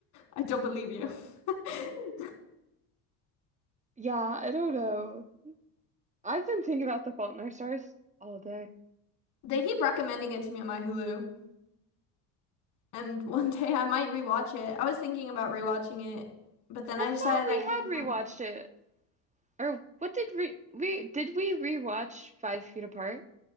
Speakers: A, on the left; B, on the right.
A: I don't believe you. <laughs>
B: Yeah, I don't know. I've been thinking about The Fault in Our Stars all day.
A: They keep recommending it to me on my Hulu, and <laughs> one day I might rewatch it. I was thinking about rewatching it, but then
B: I
A: I
B: thought
A: decided
B: we
A: I kind
B: had
A: of
B: rewatched
A: want.
B: it. Or what did we we did we rewatch Five Feet Apart